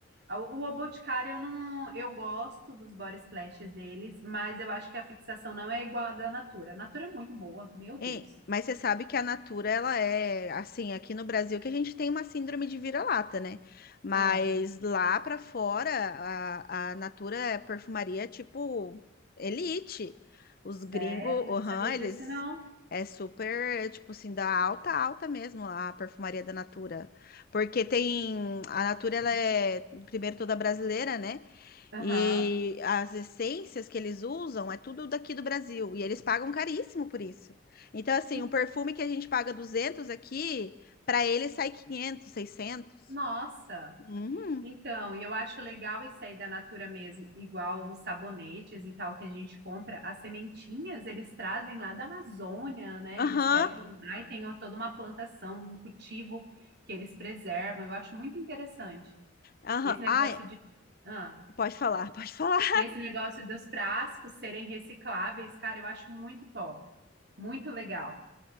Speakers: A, on the right; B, on the left.
A: A- O, o Boticário, eu não, eu gosto dos body splashes deles, mas eu acho que a fixação não é igual à da Natura. A Natura é muito boa, meu
B: Hein?
A: Deus.
B: Mas você sabe que a Natura, ela é assim, aqui no Brasil, que a gente tem uma síndrome de vira-lata, né? Mas
A: Ah.
B: lá pra fora, a, a Natura é perfumaria tipo elite. Os
A: Sério?
B: gringos, uhum,
A: Não sabia
B: eles
A: disso, não.
B: é super, tipo assim, da alta, alta mesmo a perfumaria da Natura. Porque tem, a Natura, ela é, primeiro, toda brasileira, né?
A: Aham.
B: E as essências que eles usam é tudo daqui do Brasil. E eles pagam caríssimo por isso. Então, assim,
A: En-
B: um perfume que a gente paga 200 aqui, para eles sai quinhentos seiscentos
A: Nossa.
B: Uhum.
A: Então, e eu acho legal isso aí da Natura mesmo, igual os sabonetes e tal que a gente compra, as sementinhas eles trazem lá da Amazônia, né?
B: Aham.
A: Eles pegam lá e tem ó, toda uma plantação, um cultivo que eles preservam. Eu acho muito interessante.
B: Aham.
A: E Esse negócio
B: Ai,
A: de, ah,
B: pode falar, pode falar.
A: e esse negócio dos frascos serem recicláveis, cara, eu acho muito top, muito legal.